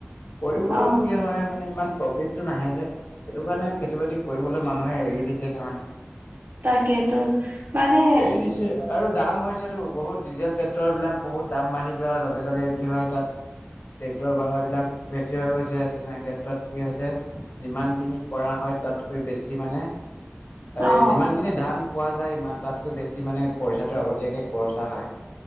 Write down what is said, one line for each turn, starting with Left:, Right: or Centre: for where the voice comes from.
Left: কৰিবলও
Right: অ
Left: কি হয়? মানে ইমান প্ৰফিট- টো নাহে যে, সেইটো কাৰণে খেতি বাতি কৰিবলৈ মানুহে এৰি দিছেগে মানে।
Right: তাকেইতো মানে
Left: এৰি দিছে আৰু দাম হৈছেতো বহুত ডিজেল- পেট্ৰল বিলাক বহুত দাম বাঢ়ি যোৱাৰ লগে লগে কি হয় তাত- ট্ৰেক্টৰৰ ভাড়াবিলাক বেছি হৈ গৈছে, তেনে ক্ষেত্ৰত কি হৈছে? যিমানখিনি কৰা হয়, তাতকৈ বেছি মানে এ
Right: অ
Left: যিমানখিনি ধান- পোৱা যায় ইমান, তাতকৈ বেছি মানে পইচাটো আগতীয়াকে খৰচা হয়।